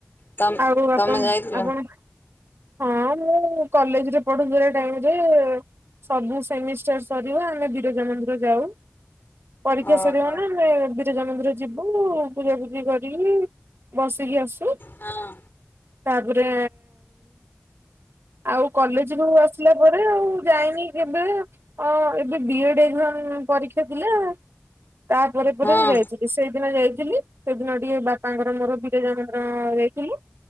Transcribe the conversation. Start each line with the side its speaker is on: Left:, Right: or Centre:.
Left: ତମ
Right: ଆଉ <inaudible>
Left: ତମେ
Right: ଆପଣ
Left: ଯାଇଥିଲ?
Right: ଆପଣ ହଁଅ ମୁଁ କଲେଜରେ ପଢୁଥିଲା ଟାଇମରେ ସବୁ ସେମିଷ୍ଟର ସରିବ ଆମେ ବିରଜା ମନ୍ଦିର ଯାଉ। ପରୀକ୍ଷା
Left: ଓହୋ।
Right: ସରିିବ ନା ଆମେ ବି ବିରଜା ମନ୍ଦିର ଯିବୁ ପୂଜାପୁଜି କରିକି ବସିକି ଆସୁ।
Left: ହଁ‌।
Right: ତାପରେ ଆଉ କଲେଜରୁ ଆସିଲା ପରେ-ଏ-ଏ ଆଉ ଯାଇନି କେବେ। ଅଁ ଏବେ ବି ଏଡ୍ ଏକ୍ଜାମ ପରୀକ୍ଷା ଥିଲା। ତାପରେ ପରେ
Left: ହଁ
Right: ମୁଁ ଯାଇଥିଲି ସେଇଦିନ ଯାଇଥିଲି। ସେଦିନ ଟିକେ ବାପାଙ୍କର ମୋର ବିରଜା ମନ୍ଦିର-ଅ-ଅ ଯାଇଥିଲୁ